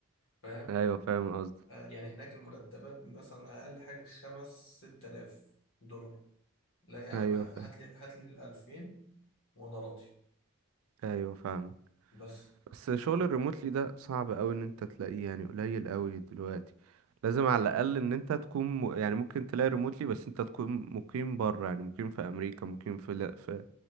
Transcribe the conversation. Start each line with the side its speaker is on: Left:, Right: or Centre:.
Left: فاهم
Right: ايوه فاهم قصدي
Left: يعني هناك المرتبات مثلا أقل حاجة خمس ست آلاف دولار لا يا عم
Right: ايوه
Left: هات
Right: فاهم
Left: لي هات لي الألفين وأنا راضي
Right: ايوه فاهم
Left: بس
Right: بس شغل الريموتلي ده صعب قوي ان انت تلاقيه يعني قليل قوي دلوقتي لازم على الاقل ان انت تكون م... يعني ممكن تلاقي ريموتلي بس انت تكون مقيم بره يعني مقيم في امريكا مقيم في ال- في